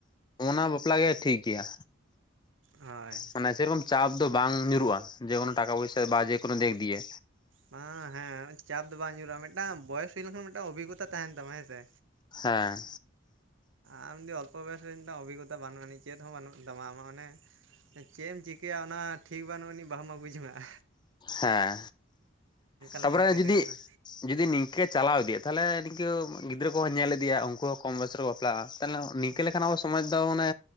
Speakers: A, on the left; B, on the right.
A: ᱚᱱᱟ ᱵᱟᱯᱞᱟ ᱜᱮ ᱴᱷᱤᱠ ᱜᱮᱭᱟ᱾
B: ᱦᱳᱭ
A: ᱢᱟᱱᱮ ᱥᱮᱨᱚᱠᱚᱢ ᱪᱟᱯ ᱫᱚ ᱵᱟᱝ ᱧᱩᱨᱩᱜ-ᱟ᱾ ᱡᱮᱠᱳᱱᱳ ᱴᱟᱠᱟ ᱯᱚᱭᱥᱟ ᱵᱟ ᱡᱮ ᱠᱚᱱᱳ ᱴᱟᱠᱟ ᱯᱚᱭᱥᱟ ᱫᱚ ᱵᱟ ᱡᱮᱠᱚᱱᱳ ᱫᱤᱠ ᱫᱤᱭᱮ᱾
B: ᱵᱟᱝ ᱦᱮᱸ ᱪᱟᱯ ᱫᱚ ᱵᱟᱝ ᱧᱩᱨᱩᱜᱼᱟ᱾ ᱢᱤᱫᱴᱟᱝ ᱵᱚᱭᱮᱥ ᱦᱩᱭ ᱞᱮᱱᱠᱷᱟᱱ ᱢᱤᱫᱴᱟᱝ ᱚᱵᱷᱤᱜᱚᱛᱟ ᱛᱟᱦᱮᱱ ᱛᱟᱢᱟ ᱦᱮᱸ ᱥᱮ᱾
A: ᱦᱮᱸ᱾
B: ᱟᱢ ᱡᱫᱤ ᱚᱞᱯᱚ ᱵᱚᱭᱮᱥ ᱨᱮ ᱢᱤᱫᱴᱟᱱ ᱚᱵᱷᱤᱜᱚᱛᱟ ᱵᱟᱹᱱᱩᱜ ᱟᱹᱱᱤᱡ, ᱪᱮᱫ ᱦᱚᱸ ᱵᱟᱹᱱᱩᱜ ᱛᱟᱢᱟ ᱟᱢᱟᱜ ᱚᱱᱮ ᱪᱮᱫ ᱮᱢ ᱪᱤᱠᱟᱹᱭᱟ ᱚᱱᱟ ᱴᱷᱤᱠ ᱵᱟᱹᱱᱩᱜ ᱟᱹᱱᱤᱡ ᱵᱟᱦᱩᱢ ᱟᱹᱜᱩ ᱡᱚᱝᱟᱼᱟ᱾
A: ᱦᱮᱸ
B: ᱞᱮᱱᱠᱷᱟᱱ
A: ᱛᱟᱯᱚᱨᱮ
B: ᱪᱤᱠᱟᱹᱛᱮ
A: ᱡᱩᱫᱤ
B: ᱜᱟᱱᱚᱜᱼᱟ
A: ᱡᱩᱫᱤ ᱱᱤᱝᱠᱟᱹ ᱪᱟᱞᱟᱣ ᱤᱫᱤᱭᱟ ᱛᱟᱦᱞᱮ ᱱᱤᱝᱠᱟᱹ ᱜᱤᱫᱽᱨᱟᱹ ᱠᱚᱦᱚᱸ ᱧᱮᱞ ᱤᱫᱤᱭᱟ ᱩᱱᱠᱩ ᱦᱚ ᱠᱚᱢ ᱵᱚᱭᱚᱥ ᱨᱮᱠᱚ ᱵᱟᱯᱞᱟᱜᱼᱟ ᱛᱟᱦᱞᱮ ᱱᱤ ᱠᱮ ᱞᱮᱠᱷᱟᱱ ᱟᱵᱚ ᱥᱚᱢᱟᱡᱽ ᱫᱚ ᱢᱟᱱᱮ